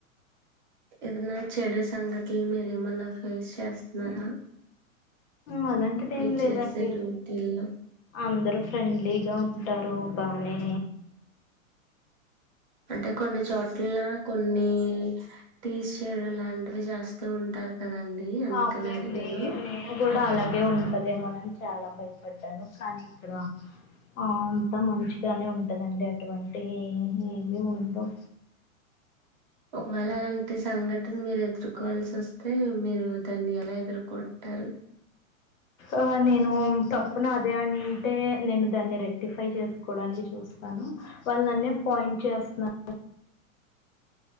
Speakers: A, on the right (about 35°); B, on the left (about 70°).
A: ఏదనా చెడు సంగతులు మీరేమన్నా ఫేస్ చేస్తున్నారా
B: అలాంటిది ఏం
A: మీరు
B: లేదండి
A: చేసే డ్యూటీల్లో
B: అందరూ ఫ్రెండ్లీగా ఉన్న టారుగానే
A: అంటే కొన్ని చోట్ల కొన్ని తీసిచడు లాంటివి చేస్తూ ఉంటారు కదండి అందుకని
B: అవునండి
A: అడిగాను
B: నే గూడా అలాగే ఉంటది ఏమోనని చాలా భయపడ్డాను, కానీ ఇక్కడ అంతా మంచిగానే ఉంటదండి అటువంటి ఏ ఏమీ ఉండవు.
A: ఒకవేళ అలాంటి సంఘటన మీరు ఎదుర్కోవాల్సి వోస్తే, మీరు దాన్ని ఎలా ఎదుర్కొంటారు
B: ఆ నేను తప్పున అదే అంటే, నేను దాన్ని రెక్టిఫై చేస్కోడానికి చూస్తాను, వాళ్ళు నన్నే పాయింట్ చేస్తునార్